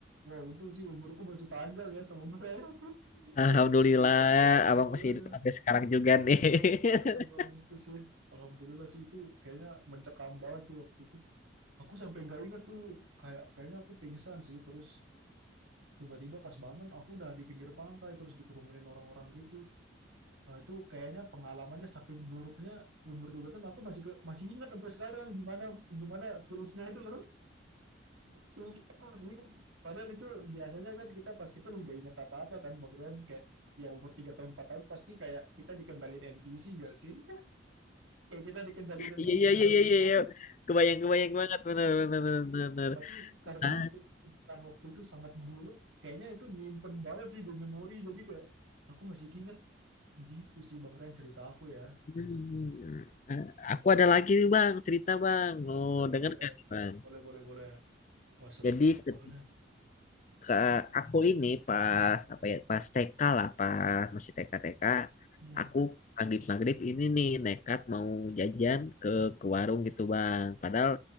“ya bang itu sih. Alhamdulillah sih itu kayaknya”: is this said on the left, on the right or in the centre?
Right